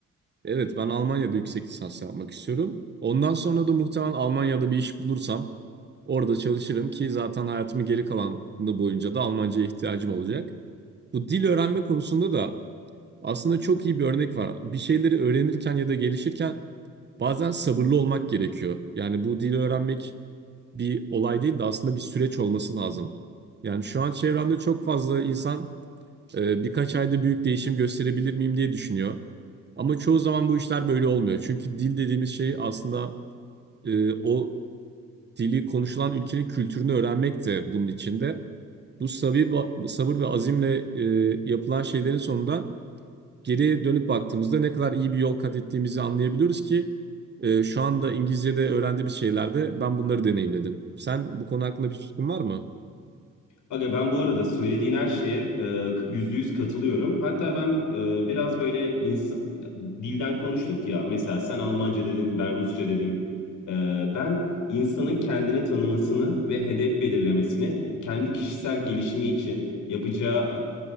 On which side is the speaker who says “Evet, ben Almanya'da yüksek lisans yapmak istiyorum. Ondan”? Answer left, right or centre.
Right